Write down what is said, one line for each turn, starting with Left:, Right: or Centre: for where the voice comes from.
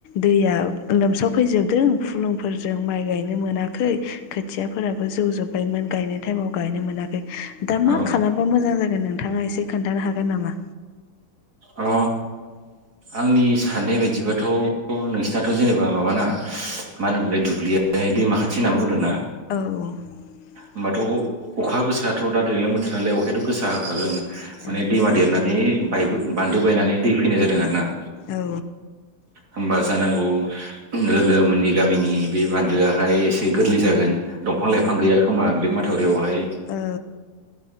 Left: दैया लोमसाव फैजोबदों फुलुंफोरजों माइ गायनो मोनाखै खोथियाफोराबो जौजोब्बायमोन गायनाय टाइमाव गायनो मोनाखै दा मा
Right: औ
Left: खालामबा मोजां जागोन नोंथाङा एसे खोन्थानो हागोन नामा
Right: अ आंनि साननाय बायदिबाथ' औ नोंसिनाथ' जेनेबा माबाना मा होनोमोनलाय दुब्लिया दैमाख खाथि होनना बुंदों ना
Left: औ
Right: होमबाथ' अखा गोसायथ' दा दैज्लां बोथोर नालाय अखायाथ' गोसा होखागोन माने
Left: औ
Right: दैमा देरनानै बान्दो बायनानै दै फैनाय जादों आरो ना
Left: औ
Right: होमबा जानांगौ लोगो मोननि गामिनि बे बान्दोआहाय एसे गोरलै जागोन दंफां लाइफां गैया खोमा बे माथावरियावहाय
Left: औ